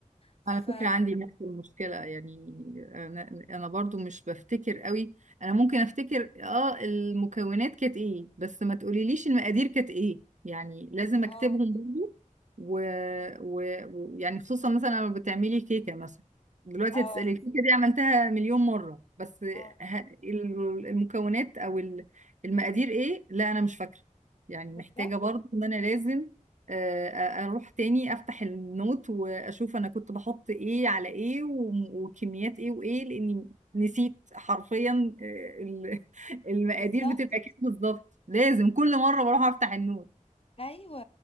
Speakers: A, on the left; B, on the right.
A: ف
B: على فكرة عندي نفس المشكلة يعني أنا أنا برضو مش بفتكر قوي أنا ممكن أفتكر آه المكونات كانت إيه بس ما تقوليليش المقادير كانت إيه يعني لازم
A: اه
B: أكتبهم برضو و... و... ويعني خصوصا مثلا لو بتعملي كيكة مثلا دلوقتي
A: اه
B: هتسألي الكيكة دي عملتها مليون مرة بس
A: اه
B: ه... ال- المكونات أو ال- المقادير إيه لا أنا مش فاكرة يعني
A: بالظبط
B: محتاجة برضو إن أنا لازم آه، اروح تاني افتح النوت واشوف انا كنت بحط ايه على ايه و- وكميات ايه وايه لاني نسيت حرفيا آه، ال- <laughs> المقادير
A: بالظبط
B: بتبقى كام بالظبط لازم كل مره بروح افتح النوت
A: ايوه